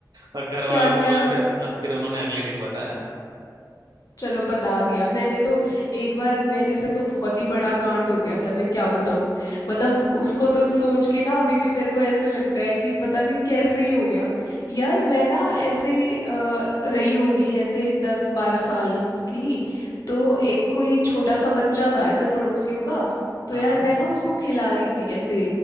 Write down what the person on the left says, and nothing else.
क्या
क्या
चलो बता दिया मैंने तो
एक बार मेरे से तो बहुत ही बड़ा कांड हो गया था मैं क्या बताऊं मतलब
उसको
तो सोच के ना अभी भी मेरे को ऐसे लगता है कि पता नहीं कैसे ही हो गया यार मैं ना ऐसे अ, रही होंगी ऐसे दस बारह साल की तो एक कोई छोटा सा बच्चा था ऐसे पड़ोसियों का तो
यार मैं ना उसको खिला रही थी ऐसे